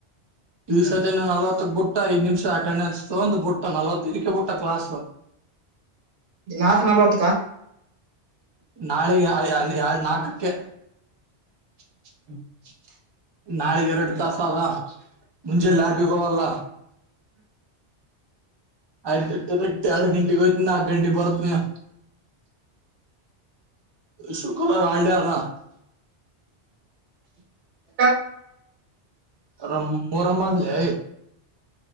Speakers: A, on the right (about 35°); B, on the right (about 80°).
A: ದಿವ್ಸದಿನ
B: ಹ್ಮ್
A: ನಲ್ವತ್ತಕ್ ಬುಟ್ಟ ಐದ್ ನಿಮಿಷ ಅಟೆಂಡೆನ್ಸ್. ತೊಗೊಂಡ ಬುಟ್ಟ ನಲವತ್ತ ಇದಕ್ಕೆ ಬುಟ್ಟ ಕ್ಲಾಸ್
B: ನಾಲ್ಕು ನಲ್ವತ್ತುಕಾ.
A: ನಾಳೆೆಗ <inaudible> ಎರಡ ನಾಲ್ಕಕ್ಕೆ
B: <unintelligible>
A: ನಾಳೆವ ಎರಡು ತಾಸ ಅದ ಜಲ್ಲ ಲ್ಯಾಬ್ಗೆ ಹೋಗಲ್ಲ ಆಯ್ತುಟ್ಟ ಎರಡ್ ಗಂಟೆಗೆ ಹೋಯ್ತುನೀ ನಾಕ ಗಂಟೆಗೆ ಬರ್ತ್ನನೀ ಶುಕ್ರವಾರ ಹಾಲಿಡೇ ಅದ
B: ಯಾಕ
A: ರ ಮೊಹರಂ ಆದಲೆ